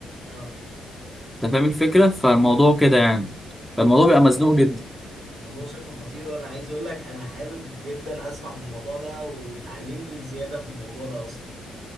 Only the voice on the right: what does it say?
اه
الموضوع شكله خطير وانا عايز اقول لك انا حابب جدا اسمع من الموضوع ده وتعلمني زيادة في الموضوع ده اصلا